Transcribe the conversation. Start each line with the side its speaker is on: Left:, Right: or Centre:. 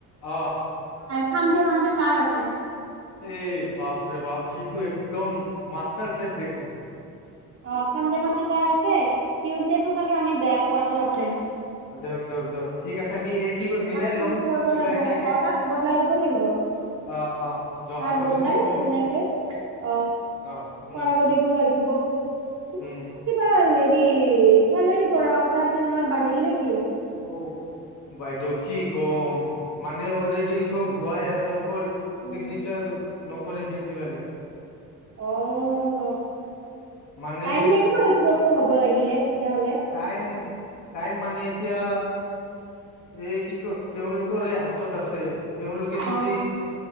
Left: অহ
Right: চান্দে মান্দে তাৰ আছে।
Left: এই বাপৰে বাপ সি তো একদম মাষ্টাৰ চেফ দেখোন।
Right: অহ চান্দে মান্দে কাৰ আছে। টিয়ুজদেটো খালি আমি বে পোৱাতো আছে।
Left: অহ, দেয়ক- দেয়ক- দক ঠিক আছে আমি এই কি কৰিম মিলাই
Right: তাক কৈ
Left: ল'ম
Right: চাব
Left: কিবা
Right: লাগিব
Left: এটাকে
Right: অহ তাক বদলাই দিব লাগিব
Left: আহ আহ জহানক
Right: তাক বদলাই
Left: যদি কওঁ
Right: সেনেকে অহ
Left: আহ উম
Right: কৰাব দিব লাগিব। দিব। তোমালোকৰ
Left: উম
Right: কিবা এ হি চেলাৰী বঢ়া কথা আছিল নহয় বাঢ়িল নেকি?
Left: ঔম, বাইদেউ কি কম মানে অলৰেডি চব হোৱাই আছে অকল চিগ্নিচাৰ
Right: উম।
Left: নকৰে প্ৰিন্ঞ্চিপালে।
Right: অহ,
Left: মানে
Right: টাইম লাগিব সেটো বস্তু হ'ব লাগ লাগিলে। তেতিয়াহ'লে।
Left: টাইম -টাইম মানে এতিয়া এই কি কয় তেওঁলোকৰে হাতত আছে। তেওঁলোকে যদি
Right: অ